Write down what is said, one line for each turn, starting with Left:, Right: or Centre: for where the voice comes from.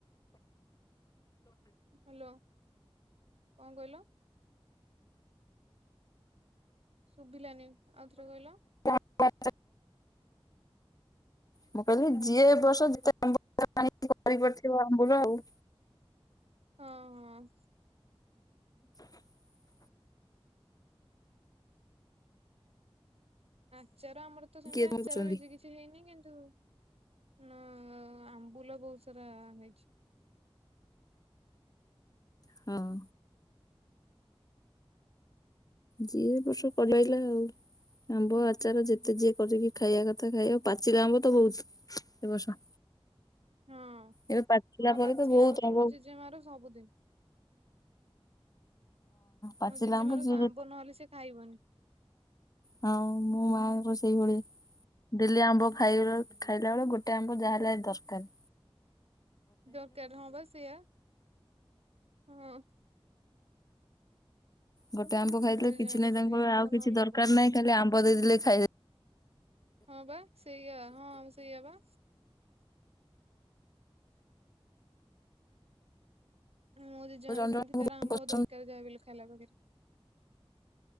Right: ହାଲୋ କଣ କହିଲ? ଶୁଭିଲାନି ଆଉଥରେ କହିଲ।
Left: ଆମ୍ବ- ଆଚା- ମୁଁ କହିଲି ଯିଏ
Right: ହଁ
Left: ଏ ବର୍ଷ ଯେତେ ଆମ୍ବ। <unintelligible> କରିପଡିଥିବ ଆମ୍ବୁଲ ଆଉ।
Right: ହଁ ହଁ।
Left: <inaudible>
Right: ଆଚାର ଆମର ତ ସେମିତି
Left: କିଏ
Right: ଆଚାର
Left: କହୁଛନ୍ତି
Right: ବେଶୀ କିଛି ହେଇନି କିନ୍ ତୁ ନା ଆମ୍ବୁଲ ବହୁତ ସାରା ହେଇଛି।
Left: ହଁ। ଯିଏ ଏ ବର୍ଷ କମେଇଲା ଆଉ। ଆମ୍ବ ଆଚାର ଯେତେ ଯିଏ କରିକି ଖାଇବା କଥା ଖାଇବ ପାଚିଲା ଆମ୍ବ ତ ବହୁତ ଏ ବର୍ଷ।
Right: <inaudible> ହଁ
Left: ଏବେ ପାଚିଲା
Right: ହଁ
Left: ପରେ
Right: ପାଚିଲା
Left: ବହୁତ
Right: ଆମ୍ୱ ତ
Left: ଆମ୍ବ
Right: ମୋ
Left: ହଁ
Right: ଜେଜେ ମା ର ସବୁଦିନ।
Left: ପାଚିଲା
Right: ମୋ ଜେଜେ ମା ର
Left: ଯିଏ
Right: ଆମ୍ବ
Left: ଯେ
Right: ନହେଲେ ସେ ଖାଇବନି।
Left: ହଁ ମୋ ମାଙ୍କର ସେଇଭଳି ଡେଲି ଆମ୍ୱ ଖାଇବେ ଖାଇଲା ବେଳେ ଗୋଟେ ଆମ୍ବ ଯାହା ହେଲେ ଦସ୍କାରେ।
Right: ଦରକାର ହଁ ବା ସେୟା ହଁ।
Left: ଗୋଟେ ଆମ୍ବ ଖାଇଥିଲେ
Right: ମୋ ଜେଜେମାଆର
Left: କିଛି ନାଇଁ
Right: ସେମିତି
Left: ତାଙ୍କ
Right: ଆମ୍ବ
Left: ଆଉ କିଛି
Right: ନହେଲେ
Left: ଦରକାର
Right: ହବନି
Left: ନାହିଁ ଖାଲି ଆମ୍ବ ଦେଇଦଲେ ଖାଇଲେ।
Right: ହଁ ବା ସେଇଆଆ ହଁ ସେଇଆା ବା। ମୁଁ ଜେଜମା
Left: ଜଣ ଜଣଙ୍କୁ
Right: ର ସେମିତି ତାର
Left: ବହୁତ
Right: ଆମ୍ବ
Left: ପସନ୍ଦ
Right: ଦରକାର ଯାହାବି ହେଲେ ଖାଇଲା ବେଳେ।